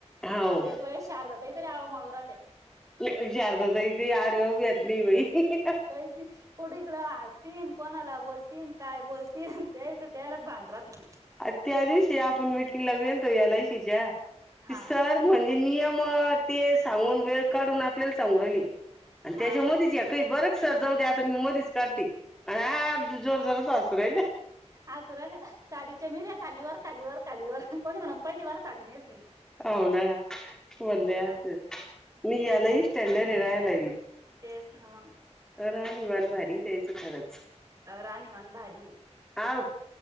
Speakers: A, in the centre; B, on the right.
A: हो
B: एक वेळेस शारदा ताई तरी आळूमाळू राहत्या.
A: वि शारदताई भी आडव्या उभ्या आहेत बाई.
B: तेच‌ नी कुठं इकडं हसतीन, कोणाला बोलतीन, काय बोलतीन, त्याचं त्यालाच भान राहत नाही.
A: अगं त्या दिवशी आपण मीटिंगला गेलतो एल आय सीच्या ती
B: हा
A: सर म्हणजे नियम ते सांगून वेळ काढून आपल्याला सांगु राहिली आणि
B: हा
A: त्याच्यामधीच एक काही बर का सर जाऊ द्या, आता मी मधीच काढती आणि आगदी जोर -जोरात हासू राहिल्या.
B: हासू राहिल्या साडीच्या मिर्या खालीवर, खालीवर, खालीवर कोणी म्हणनं पहिली बार साडी नेसली.
A: हो ना बोलले
B: लया
A: असेल मी यालाही
B: ते
A: स्टँडरी ये राह्या लावी.
B: तेच ना मंग.
A: राहणीमान भारी आहे त्यांचं खरंच.
B: अं राहणीमान भारी ये.
A: आव